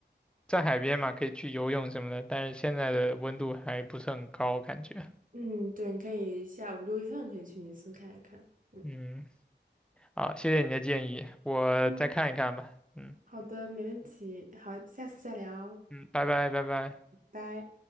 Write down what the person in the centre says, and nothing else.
在海边嘛，可以去游泳什么的？但是现在的温度还不是很高，感觉。
嗯，好，谢谢你的建议，我再看一看吧。
嗯
嗯，拜拜拜拜。